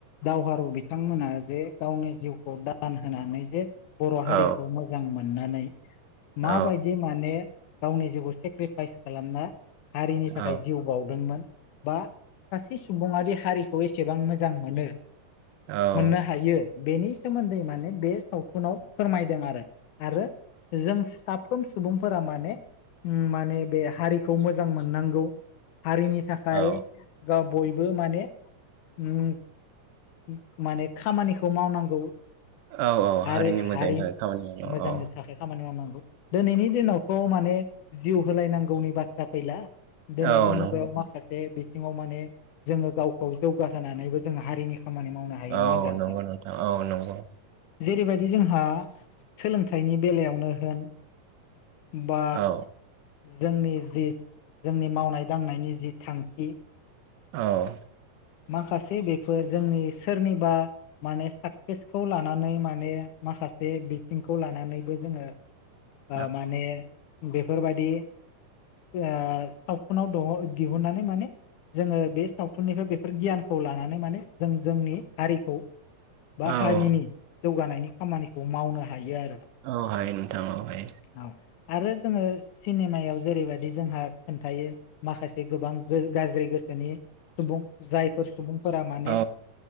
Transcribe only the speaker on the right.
औ
औ
औ
ओ
औ
औ औ हारिनि
मोजांनि
थाखाय खामानि मावनो
औ।
औ नंगौ
औ
नंगौ नोंथां औ नंगौ।
औ
औ।
<inaudible>
औ
औ हायो नोंथां औ हायो।
औ